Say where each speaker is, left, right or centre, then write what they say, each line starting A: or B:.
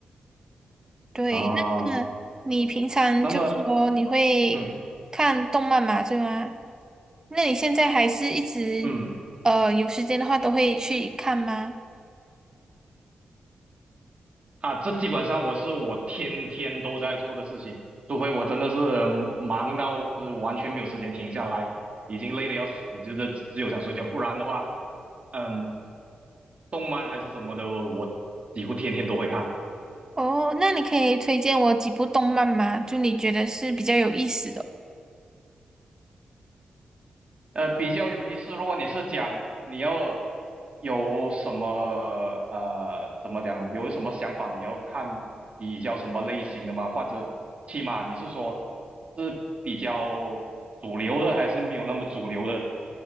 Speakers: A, on the right; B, on the right.
A: 对，
B: 啊，
A: 那么你平常就说你会看动漫嘛，
B: 那么嗯
A: 对吗？那你现在还是一直呃有时间的话都会去看吗？
B: 嗯。啊，这基本上我是我天天都在做的事情，除非我真的是忙到呃完全没有时间停下来，已经累得要死，就是只有想睡觉。不然的话，嗯，动漫还是什么的，我我几乎天天都会看。
A: 哦，那你可以推荐我几部动漫吗？就你觉得是比较有意思的，
B: 呃，比较有意思。如果你是讲你要有什么呃怎么讲，有什么想法，你要看比较什么类型的吗？或者起码你是说是比较主流的，还是没有那么主流的？